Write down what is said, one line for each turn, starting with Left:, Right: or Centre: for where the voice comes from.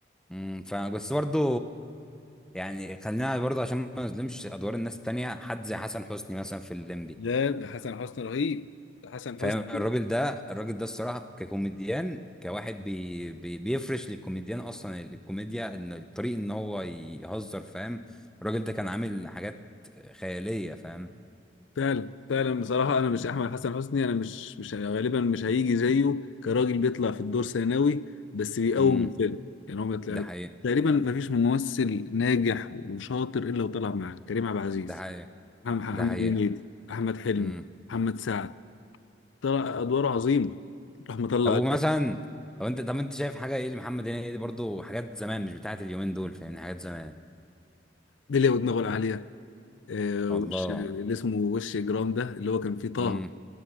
Centre: امم فاهم بس برضه يعني خلينا برضه عشان ما نظلمش ادوار الناس التانية حد زي حسن حسني مثلا في الليمبي
Left: ده ده حسن حسني رهيب ده حسن
Centre: فاهم
Left: حسني
Centre: الراجل ده الراجل ده الصراحه ككوميديان كواحد بي بي بيفرش للكوميديان اصلا الكوميديا ان الطريق ان هو يهزر فاهم الراجل ده كان عامل حاجات خياليه فاهم
Left: فعلا فعلا بصراحة أنا مش أحمد حسن حسني أنا مش مش غالبا مش هيجي زيه كراجل بيطلع في الدور ثانوي بس بيقوم
Centre: امم
Left: الفيلم يعني هو ما طلع-
Centre: ده حقيقه
Left: تقريبا ما فيش ممثل ناجح وشاطر إلا وطلع معاه كريم عبد العزيز
Centre: ده حقيقه
Left: محمد محمد
Centre: ده حقيقه
Left: هنيدي أحمد حلمي
Centre: امم
Left: محمد سعد طلع أدواره عظيمة راح مطلع
Centre: طب ومثلا طب انت طب انت شايف حاجه ايه لمحمد هنيدي برضو حاجات زمان مش بتاعت اليومين دول فاهمني حاجات زمان
Left: بلية ودماغه العالية آه،
Centre: الله
Left: وش اللي اسمه وش إجرام ده اللي هو كان فيه طه
Centre: امم